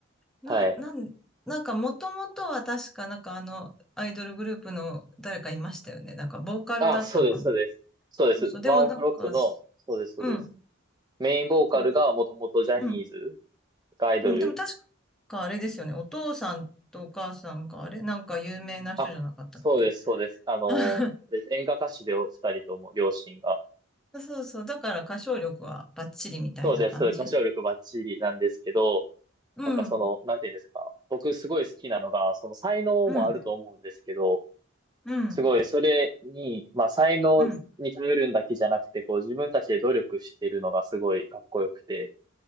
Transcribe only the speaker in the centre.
な、
なん、なんかもともとは確かなんかあの、アイドルグループの誰かいましたよね。なんかボーカルだったかな。
そうそう、でもなんか、
うん、
ぼうん、
うん、でも確かあれですよね。お父さんとお母さんがあれなんか有名な人じゃなかったっけ
<laughs>
そうそう、だから歌唱力はバッチリみたいな感じ
うん、
うん、うん、
うん。